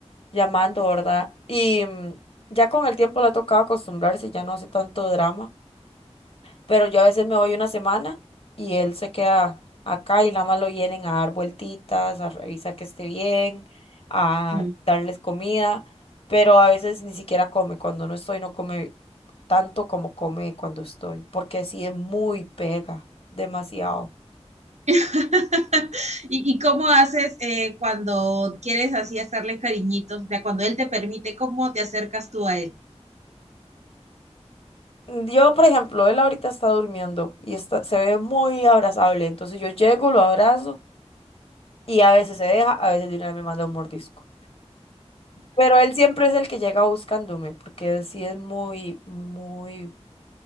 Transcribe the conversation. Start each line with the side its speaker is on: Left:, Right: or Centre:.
Left: llamando, ¿verdad? Y mm, ya con el tiempo le ha tocado acostumbrarse, ya no hace tanto drama pero yo a veces me voy una semana y él se queda acá y nada más lo vienen a dar vueltitas, a revisar que esté bien, a
Right: Mm.
Left: darles comida, pero a veces ni siquiera come, cuando no estoy no come tanto como come cuando estoy, porque sí es muy pega, demasiado.
Right: <laughs> ¿Y, ¿Y, cómo haces eh, cuando quieres así hacerle cariñitos? O sea, cuando él te permite, ¿cómo te acercas tú a él?
Left: Yo, por ejemplo, él ahorita está durmiendo y está, se ve muy abrazable, entonces yo llego, lo abrazo y a veces se deja, a veces de una vez me manda un mordisco. Pero él siempre es el que llega buscándome, porque sí es muy, muy